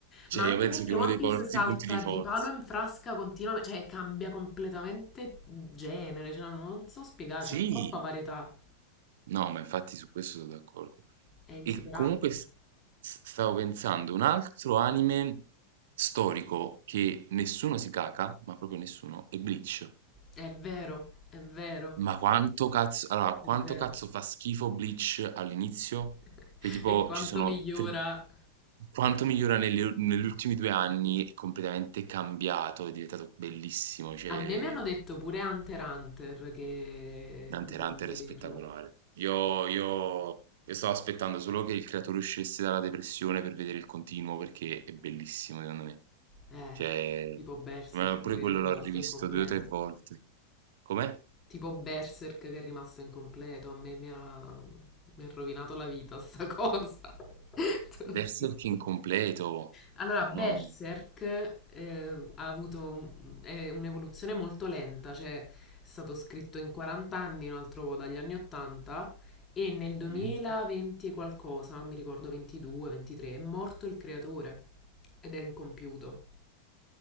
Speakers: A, on the right; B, on the left.
A: Cioè,
B: Ma anche
A: io penso
B: perché
A: che è
B: One
A: uno dei
B: Piece
A: forti
B: salta
A: punti di forza.
B: di palo in frasca continuamente, cioè cambia completamente genere, cioè, non so spiegare,
A: Sì,
B: c'è troppa varietà,
A: no, ma infatti su questo sono d'accordo.
B: è insuperabile.
A: E comunque s- s- stavo pensando, un altro anime storico che nessuno si caca, ma proprio nessuno, è Bleach.
B: È vero, è vero,
A: Ma quanto cazzo, allora, quanto
B: è vero.
A: cazzo fa schifo Bleach all'inizio?
B: <laughs>
A: Che tipo
B: E quanto
A: ci sono
B: migliora.
A: tre. Quanto migliora negli u negli ultimi 2 anni è completamente cambiato, è diventato bellissimo, cioè
B: A me mi hanno detto pure Hunter x Hunter che
A: Hunter
B: bisogna
A: x Hunter
B: vederlo.
A: è spettacolare. Io io io stavo aspettando solo che il creatore uscisse dalla depressione per vedere il continuo perché è bellissimo secondo me.
B: Eh,
A: Cioè,
B: tipo Berserk
A: ma
B: che
A: pure quello
B: è rimasto
A: l'ho rivisto
B: incompleto.
A: 2 o 3 volte. Com'è?
B: Tipo Berserk che è rimasto incompleto, a me mi ha, mi ha rovinato la vita sta cosa, <laughs> te lo
A: Berserk
B: giuro.
A: incompleto.
B: Allora, Berserk
A: No,
B: eh, ha avuto un- è un'evoluzione molto lenta, cioè è stato scritto in 40 anni, un altro po' dagli anni 80 e nel 2020
A: mh?
B: e qualcosa, mi ricordo 22, 23, è morto il creatore ed era incompiuto.